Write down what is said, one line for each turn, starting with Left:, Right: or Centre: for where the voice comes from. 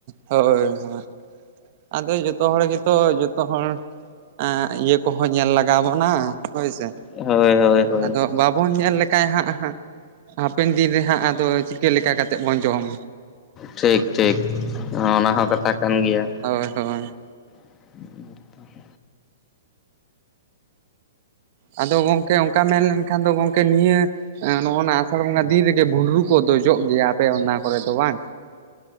Right: ᱦᱳᱭ ᱦᱳᱭ ᱟᱫᱚ ᱡᱚᱛᱚ ᱦᱚᱲ ᱜᱮᱛᱚ ᱡᱚᱛᱚ ᱦᱚᱲ ᱮᱸ ᱤᱭᱟᱹ ᱠᱚᱦᱚᱸ ᱧᱮᱞ ᱞᱟᱜᱟᱣ ᱵᱚᱱᱟ ᱦᱳᱭ ᱥᱮ
Left: ᱦᱳᱭ ᱦᱳᱭ ᱦᱳᱭ
Right: ᱟᱫᱚ ᱵᱟᱵᱚᱱ ᱧᱮᱞ ᱞᱮᱠᱟᱭ ᱦᱟᱸᱜ ᱦᱟᱸᱜ ᱦᱟᱯᱮᱱ ᱫᱤᱱ ᱨᱮ ᱦᱟᱸᱜ ᱟᱫᱚ ᱪᱤᱠᱟᱹ ᱞᱮᱠᱟ ᱠᱟᱛᱮᱫ ᱵᱚᱱ ᱡᱚᱢ᱾
Left: ᱴᱷᱤᱠ ᱴᱷᱤᱠ ᱚᱱᱟ ᱦᱚᱸ ᱠᱟᱛᱷᱟ ᱠᱟᱱ ᱜᱮᱭᱟ᱾
Right: ᱦᱳᱭ ᱦᱳᱭ
Left: <inaudible>
Right: ᱟᱫᱚ ᱜᱚᱝᱠᱮ ᱚᱱᱠᱟ ᱢᱮᱱ ᱞᱮᱱᱠᱷᱟᱱ ᱫᱚ ᱜᱚᱝᱠᱮ ᱱᱤᱭᱟᱹ ᱮᱸ ᱱᱚᱜ-ᱚ ᱱᱟ ᱟᱥᱟᱲ ᱵᱚᱸᱜᱟ ᱫᱤᱱ ᱨᱮᱜᱮ ᱵᱷᱩᱸᱰᱨᱩ ᱠᱚᱫᱚ ᱡᱚᱜ ᱜᱮᱭᱟ ᱟᱯᱮ ᱚᱱᱟ ᱠᱚᱨᱮ ᱫᱚ ᱵᱟᱝ?